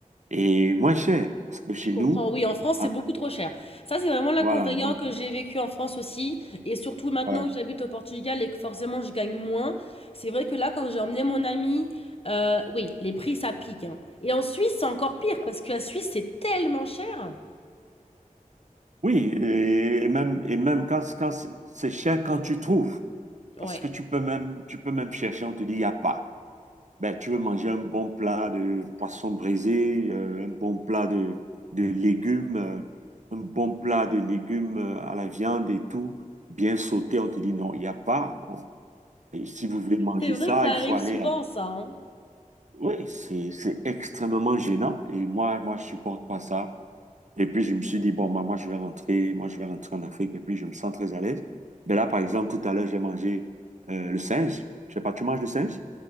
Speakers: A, on the right; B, on the left.
A: et moins cher parce que chez
B: Je comprends.
A: nous
B: Oui, en France,
A: ah,
B: c'est beaucoup trop cher. Ça, c'est vraiment l'inconvénient
A: voilà donc
B: que j'ai vécu en France aussi. Et surtout maintenant
A: voilà.
B: que j'habite au Portugal et que forcément je gagne moins. C'est vrai que là, quand j'ai emmené mon ami, euh, oui, les prix, ça pique. hein. Et en Suisse, c'est encore pire parce que la Suisse, c'est tellement cher.
A: Oui, et et même, et même quand, quand c'est c'est cher, quand tu trouves,
B: Ouais.
A: parce que tu peux même, tu peux même chercher, on te dit, il n'y a pas. Ben, tu veux manger un bon plat de poisson brisé, euh, un bon plat de, de légumes, euh, un bon plat de légumes euh, à la viande et tout, bien sauté, on te dit, non, il n'y a pas. On- Et si vous voulez manger
B: C'est vrai
A: ça,
B: que ça
A: il
B: arrive
A: faut aller
B: souvent,
A: à...
B: ça. hein.
A: Oui, c'est, c'est extrêmement gênant et moi, moi, je supporte pas ça. Et puis, je me suis dit, bon, maman je vais rentrer, moi, je vais rentrer en Afrique. Et puis, je me sens très à l'aise. Mais là, par exemple, tout à l'heure, j'ai mangé euh, le singe. Je sais pas, tu manges le singe?